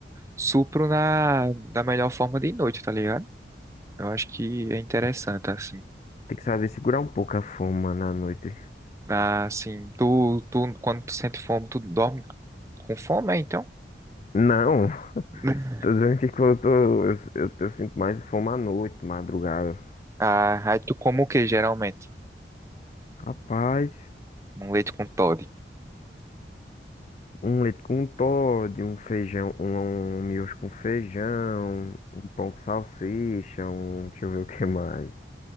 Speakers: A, on the right; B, on the left.
A: supro na, da melhor forma de noite, tá ligado? Eu acho que é interessante, assim.
B: tem que saber segurar um pouco a fome, mano, à noite.
A: Ah, Assim, tu, tu, quando tu sente fome, tu dorme com fome, é, então?
B: Não,
A: <laughs>
B: Tô dizendo que quando eu tô. Eu, eu, eu sinto mais fome à noite, madrugada.
A: Ah, aí tu como o que, geralmente?
B: Rapaz,
A: Um leite com Toddy.
B: um leite com Toddy, um feijão, um, um miojo com feijão, um pão com salsicha, um. Deixa eu ver o que mais.